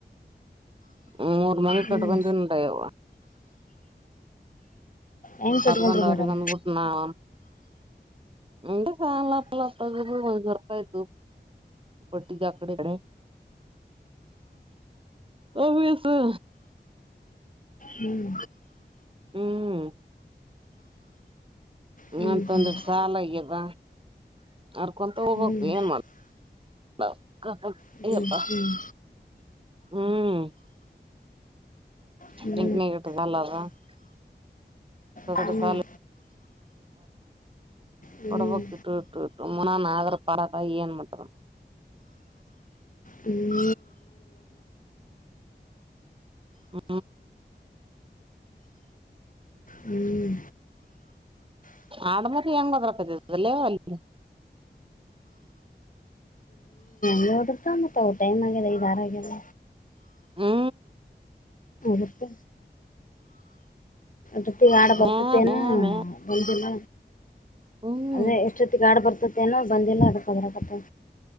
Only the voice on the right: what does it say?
<inaudible> ಮೂರು ಮನಿ
ಕಟ್ಟಗಂಡಿನೆ ಯವ್ವ. -
ಅವರಿಗೊಂದು, ಅವರಿಗೊಂದು
ಬಿಟ್ ನಾವ್ ಒಂದು, ಹ ಚಲ್ಲಲ್ಲರ್ಕಯತು <unintelligible> ಪಟ್ಟಟ್ಟಿಗ ಕಡೆ ಅಣ <unintelligible> ವಸ <inaudible>
ಹ್ಮ್,,, ಇನಂತ
ಒಂದಿಟ್ ಸಾಲಗ್ಯದ ಅರ್ಕೊಂತ ಹೋಗ್ಬೇಕ್
ಏನ್ ಮಾಡ್ತಿ
ಏಪ್ಪ
ಹ್ಮ್ <unintelligible>
<unintelligible>
ಕೊಡಪಕ್ ಇಟ್ಟ ಇಟ್ಟ ಇಟ್ಟು ಮುನ್ನಾ ನಾಗರ ಪಾರಕಾಯ ಏನ್ ಮಟ
ಹ್ಮ
ಆಡಂಬರ ಬದಕ್ಕಲ್ಲೇ ಅಲ್ಲ
ಹ್ಮ
ಮ್ಯಾ ಮ್ಯಾ ಮ್ಯಾ
ಹ್ಮ್